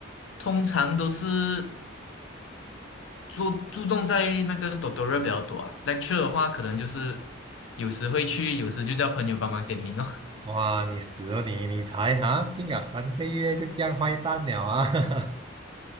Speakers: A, on the left (about 70°); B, on the right (about 25°).
A: 通常都是注注重在那个 tutorial 比较多啊。lecture 的话，可能就是有时会去，有时就叫朋友帮忙点名哦。
B: 哇，你死了你，你才啊，进了三个月就这样坏蛋了啊！<laughs>